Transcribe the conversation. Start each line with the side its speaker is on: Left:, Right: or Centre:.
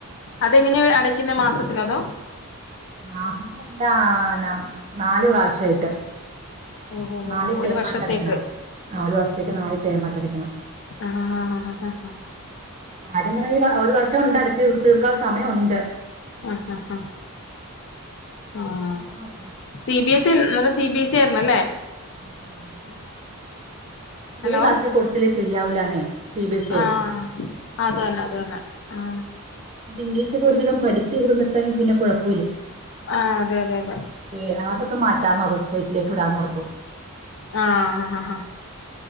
Left: അതെങ്ങനെ അടയ്ക്കുന്ന മാസത്തില അതോ
Right: മാസത്തിലെല്ലാ നാലു പ്രാവശ്യായിട്ട്
Left: ഓഹോ ഹോ
Right: നാലിടേമാറ്റം
Left: ഹോ ഒരു വർഷത്തേക്ക്
Right: അടക്കണം ആ ഒരു വർസത്തേക്ക് നാലല്ടേമാറ്റം അടയ്ക്കണം
Left: ആ ആഹ
Right: ആാര്യം പറഞ്ഞ ഈ ഒരു വർഷം ഉണ്ട് അടച് തീർക്കാൻ ള്ള സമയം ഉണ്ട്
Left: ആഹ ഹാ് ഹാ ആഹ
Right: ഉണ്ട്
Left: സി ബി എസ് ഇന്നലെ സി ബി എസ് സ ആയിരുന്നു അല്ലേ
Right: <unintelligible>
Left: ഹലോ
Right: ക്ലാസിൽ കൊടുച്ചേ ശരിയാവലന്നെ സി ബിഎസ്
Left: ആഹ് അത് തന്നെ അത് തന്നെ ആഹ്
Right: ഇ്ഗ്ല്ഷ്ക്കെ ഒരുവിധം പഠിച്ച വുന്നിത്തായും ടയ്മം പിന്നെഴപ്പം
Left: ആ അതെ അതെ അതെ
Right: ഏതാമത്തൊും മാറ്റാൻന്ന്ഥേറ്റിലേക്ക് വിടാന്നർത്തു
Left: ആ ഹ ഹ ഹാ